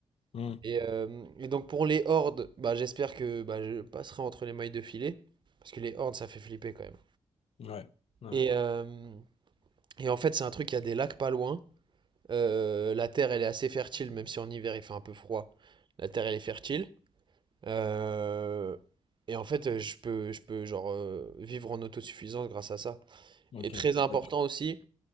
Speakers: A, on the left (about 65°); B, on the right (about 45°).
A: hmm,
B: Et, euh, et donc pour les hordes, bah, j'espère que bah, je passerai entre les mailles de filet, parce que les hordes, ça fait flipper quand même.
A: Ouais, ouais,
B: Et, euh, et en fait, c'est un truc, il y a des lacs pas loin. Euh, la terre, elle est assez fertile, même si en hiver, il fait un peu froid. La terre, elle est fertile. Euh, et en fait, je peux, je peux genre, euh, vivre en autosuffisance grâce à ça.
A: ok.
B: Et très important
A: Ouais,
B: aussi,